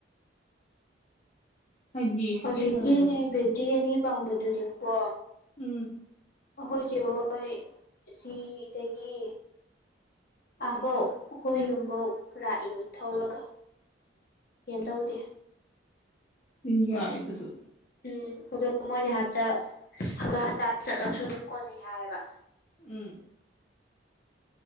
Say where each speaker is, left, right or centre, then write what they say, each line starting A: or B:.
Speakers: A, on the left; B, on the left.
A: ꯍꯥꯏꯗꯤ
B: ꯍꯧꯖꯤꯛꯀꯤꯅꯦ
A: ꯎꯝ
B: ꯕꯦꯇꯤ ꯑꯅꯤ ꯄꯥꯝꯕꯗꯨꯗꯤꯀꯣ
A: ꯎꯝ
B: ꯑꯈꯣꯏ ꯆꯦ ꯍꯣꯏ <unintelligible> ꯏꯇꯩꯒꯤ
A: ꯎꯝ
B: ꯑꯥꯕꯧ ꯎꯈꯣꯏ ꯌꯨꯝꯕꯧ ꯔꯥꯛꯏꯅꯤ ꯊꯧꯔꯒ ꯀꯦꯝꯇꯧꯗꯦ
A: <unintelligible> ꯌꯥꯢ ꯑꯗꯨꯁꯨ
B: ꯎꯝ ꯑꯗꯨ ꯃꯣꯏꯅ ꯍꯥꯏꯕꯗꯥ ꯍꯪꯒꯠ ꯍꯟꯗ ꯆꯠꯂꯁꯨ ꯑꯗꯨꯝ ꯀꯣꯟꯅꯩ ꯍꯥꯏꯌꯦꯕꯥ
A: ꯎꯝ